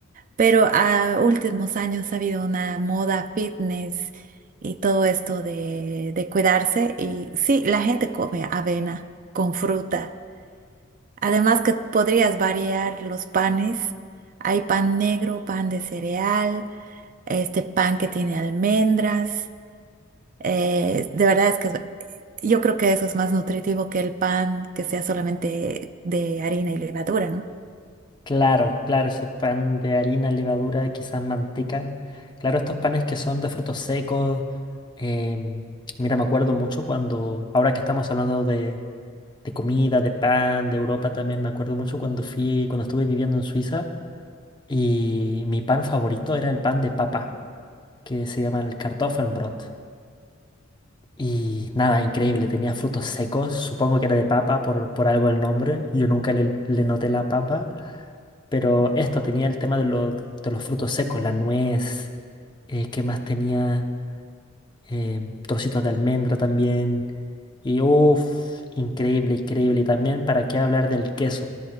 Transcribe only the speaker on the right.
Pero a últimos años ha habido una moda fitness y todo esto de, de cuidarse. Y sí, la gente come avena con fruta. Además que podrías variar los panes. Hay pan negro, pan de cereal, este pan que tiene almendras. Eh, de verdad es que es- yo creo que eso es más nutritivo que el pan que sea solamente de harina y levadura, ¿no?